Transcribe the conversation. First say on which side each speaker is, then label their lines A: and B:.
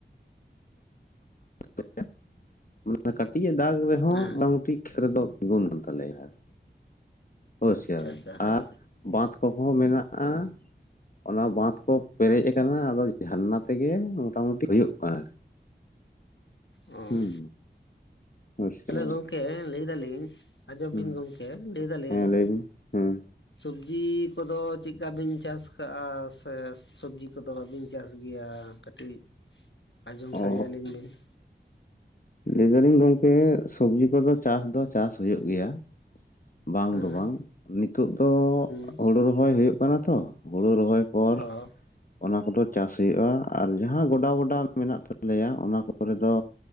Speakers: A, on the left; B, on the left.
A: <unintelligible> ᱠᱟᱹᱴᱤᱡ ᱮ ᱫᱟᱜ ᱨᱮᱦᱚᱸ
B: ᱦᱮᱸ
A: ᱢᱳᱴᱟᱢᱩᱴᱤ ᱠᱷᱮᱛ ᱨᱮᱫᱚ ᱜᱳᱞ ᱟᱠᱟᱱ ᱛᱟᱞᱮᱭᱟ ᱾ ᱦᱳᱭ
B: ᱟᱪᱪᱷᱟ
A: ᱥᱮ
B: ᱟᱪᱪᱷᱟ ᱦᱮᱸ
A: ᱟᱨ ᱵᱟᱸᱫ ᱠᱚᱦᱚᱸ ᱢᱮᱱᱟᱜᱼᱟ
B: ᱚ
A: ᱾ ᱚᱱᱟ ᱵᱟᱸᱫ ᱠᱚ ᱯᱮᱨᱮᱡ ᱟᱠᱟᱱᱟ ᱟᱫᱚ ᱡᱷᱟᱨᱱᱟ ᱛᱮᱜᱮ ᱢᱳᱴᱟᱢᱩᱴᱤ ᱦᱩᱭᱩᱜ ᱠᱟᱱᱟ᱾
B: ᱚ ᱾
A: ᱦᱩᱸ ᱟᱪᱪᱷᱟ
B: ᱛᱟᱦᱚᱞᱮ ᱜᱚᱝᱠᱮ ᱞᱟᱹᱭ ᱫᱟᱞᱤᱧ ᱟᱸᱡᱚᱢ
A: ᱦᱩᱸ
B: ᱵᱤᱱ ᱜᱚᱝᱠᱮ ᱞᱟᱹᱭ ᱫᱟᱞᱤᱧ
A: ᱦᱮᱸ ᱞᱟᱹᱭ ᱵᱤᱱ ᱦᱮᱸ
B: ᱥᱚᱵᱡᱤ ᱠᱚᱫᱚ ᱪᱮᱜ ᱠᱟ ᱵᱮᱱ ᱪᱟᱥ ᱠᱟᱜ-ᱟ ᱥᱮ ᱥᱚᱵᱡᱤ ᱠᱚᱫᱚ ᱵᱟᱹᱵᱤᱱ ᱪᱟᱥ ᱜᱮᱭᱟ ᱠᱟᱹᱴᱤᱡ ᱟᱸᱡᱚᱢ ᱥᱟᱲᱮᱭᱟ
A: ᱚ
B: ᱟᱹᱞᱤᱧ ᱵᱤᱱ ᱾
A: ᱞᱟᱹᱭ ᱫᱟᱞᱤᱧ ᱜᱚᱝᱠᱮ ᱥᱚᱵᱡᱤ ᱠᱚᱫᱚ ᱪᱟᱥ ᱫᱚ ᱪᱟᱥ ᱦᱳᱭᱳᱜ ᱜᱮᱭᱟ᱾ ᱵᱟᱝ
B: ᱦᱮᱸ
A: ᱫᱚ ᱵᱟᱝ ᱱᱤᱛᱚᱜ ᱫᱚ
B: ᱦᱮᱸ
A: ᱦᱩᱲᱩ ᱨᱚᱦᱚᱭ ᱦᱩᱭᱩᱜ ᱠᱟᱱᱟ ᱛᱚ ᱦᱩᱲᱩ ᱨᱚᱦᱚᱭ ᱯᱚᱨ
B: <inaudible>
A: ᱚᱱᱟ ᱠᱚᱫᱚ ᱪᱟᱥ ᱦᱩᱭᱩᱜ-ᱟ ᱟᱨ ᱡᱟᱦᱟᱸ ᱜᱚᱰᱟ ᱜᱚᱰᱟ ᱢᱮᱱᱟᱜ ᱛᱟᱞᱮᱭᱟ ᱚᱱᱟ ᱠᱚᱨᱮ ᱫᱚ